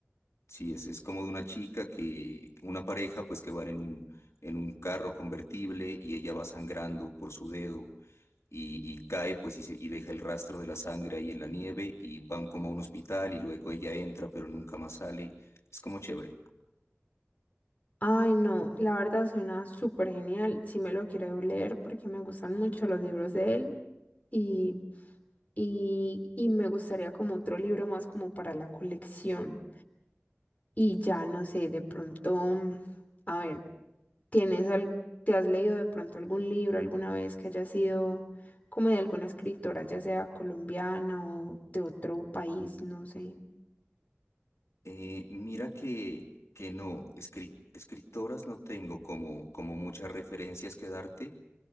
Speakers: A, on the left (about 75°); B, on the left (about 35°).
A: Sí, es, es como de una chica que, una pareja pues que van en un, en un carro convertible y ella va sangrando por su dedo y, y cae pues y, se- y deja el rastro de la sangre ahí en la nieve y van como a un hospital y luego ella entra pero nunca más sale. Es como chévere.
B: Ay, no, la verdad suena súper genial. Sí me lo quiero leer porque me gustan mucho los libros de él y, y, y me gustaría como otro libro más como para la colección. Y ya no sé, de pronto, mm, a ver, ¿tienes al, te has leído de pronto algún libro alguna vez que haya sido como de alguna escritora, ya sea colombiana o de otro país, no sé?
A: Eh, mira que, que no, escri- escritoras no tengo como, como muchas referencias que darte,